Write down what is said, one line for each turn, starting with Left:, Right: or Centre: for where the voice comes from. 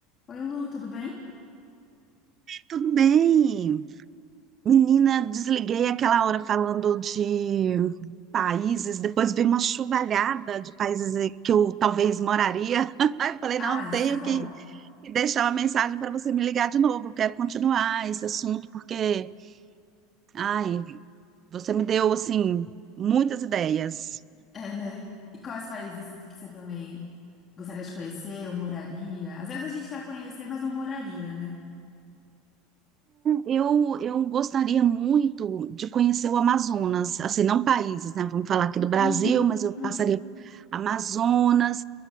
Left: Oi, Lu, tudo bem?
Right: Tudo bem. Menina, desliguei aquela hora falando de países, depois veio uma chuvalhada de países que eu talvez moraria. <laughs> Aí eu falei,
Left: Ah,
Right: não,
Left: isso
Right: tenho
Left: é bom.
Right: que que deixar uma mensagem para você me ligar de novo. Eu quero continuar esse assunto porque, ai, você me deu assim muitas ideias.
Left: É, né? E quais países que você também gostaria de conhecer ou moraria? Às vezes a gente quer conhecer, mas não moraria, né?
Right: Eu, eu gostaria muito de conhecer o Amazonas, assim, não países, né? Vamos falar aqui do Brasil,
Left: Uhum,
Right: mas eu
Left: uhum.
Right: passaria Amazonas